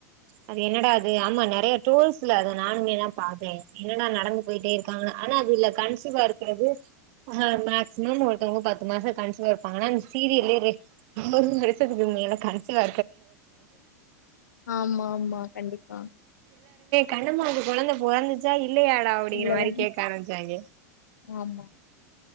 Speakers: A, on the right; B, on the left.
A: அது என்னடா அது ஆமா நெறைய டோல்ஸ்ல்ல அத நானுமேதா பாத்தே என்னடா நடந்து போயிட்டே இருக்காங்க ஆனா அதுல கன்சிவா இருக்கிறது ஆஹ் மேக்சிமம் ஒருத்தவங்க பத்து மாசம் கன்சிவா இருப்பாங்கனா இந்த சீரியல்லே ஒரு வருசத்துக்கு உண்மையில கன்சிவா
B: ஆமா ஆமா கண்டிப்பா
A: கண்ணமாக்கு கொழந்த பொறந்துச்சா இல்ல இல்லையாடா அப்டிங்கிற
B: இல்லையா
A: மாரி கேட்க ஆரம்பிச்சாங்கே
B: ஆமா